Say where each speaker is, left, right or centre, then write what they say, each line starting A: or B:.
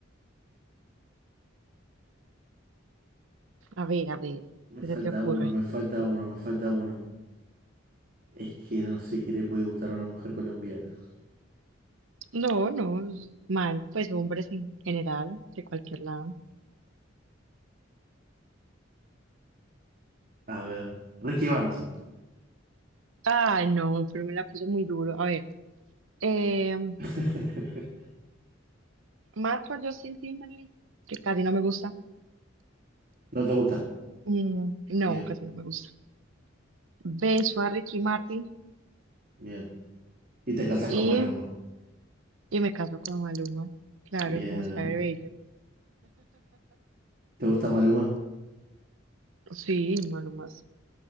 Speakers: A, on the right (about 80°); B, on the right (about 50°).
A: A ver, a ver,
B: Me
A: ¿qué se
B: falta
A: te ocurre?
B: uno, me falta uno, me falta uno. Es que no sé qué le puede gustar a una mujer colombiana.
A: No, no, es mal, pues hombres en general, de cualquier lado.
B: A ver, Ricky Martin.
A: Ay, no, pero me la puso muy duro. A ver, eh,
B: <laughs>
A: mato a Justin Timberlake, que casi no me gusta.
B: ¿No te gusta?
A: Mm, no,
B: Bien,
A: casi no me gusta. Beso a Ricky Martin
B: bien. Y te casas
A: y,
B: con Maluma.
A: y me caso con Maluma. Claro,
B: Bien.
A: como está de bello.
B: ¿Te gusta Maluma?
A: Sí, Maluma, es